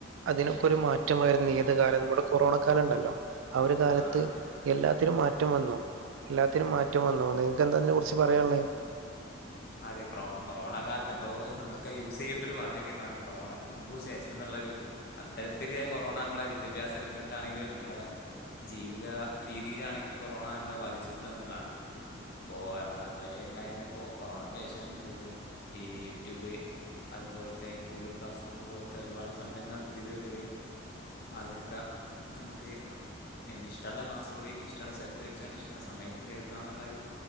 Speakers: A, on the right (about 85°); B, on the left (about 50°).
A: അതിനൊക്കെ ഒരു മാറ്റം വരുന്നീ അ കാലം നമ്മുടെ കൊറോണ കാലം ഉണ്ടല്ലോ ആഹ് ഒരു കാലത്ത്
B: ആ അതെ അതെ
A: എല്ലാത്തിനും മാറ്റം വന്നു എല്ലാത്തിനും മാറ്റം വന്നു നിങ്ങക്ക് എന്താതിനെ കുറിച്ച് പറയാനുള്ളേ
B: അതെ കൊറോ കൊറോണ കാലത്ത് അപ്പോൾ നമ്മൾക്ക് യൂസ് ചെയ്യേണ്ട ഒരു വാചകമായി മാറി കൊറോണയ്ക്ക് മുൻപും ശേഷവും എന്നുള്ളൊരു അത്ത ത്തിരി കൊറോണ നമ്മളെ വിദ്യാഭ്യാസ രംഗത്താണെങ്കിലും നമ്മളെ ജീവിത രീതിയിലാണെങ്കിലും കൊറോണ നമ്മളെ ബാധിച്ചിട്ടുണ്ട് എന്നുള്ളതാണ് ഇപ്പോൾ നമ്മളതുവരെ ഉണ്ടായിരുന്നപ്പോൾ കൊറോണയ്ക്ക് ശേഷം എന്ത് ചെയ്തു ഈ യൂട്യൂബ് അതുപോലത്തെ ഗൂഗിൾ ക്ലാസ് റൂം പോലത്തെ ഒരുപാട് സംരങ്ങൾ പുതിയത് വരികയും അതൊക്കെ നമ്മുക്ക് ഇഷ്ടമുള്ള ക്ലാസ്സുകുകളി ഇഷ്ടമുള്ള സ്ഥലത്ത് വെച്ചുകണ്ട് ഇഷ്ടമുള്ള സമയത്ത് കേൾക്കുക എന്നുള്ളരു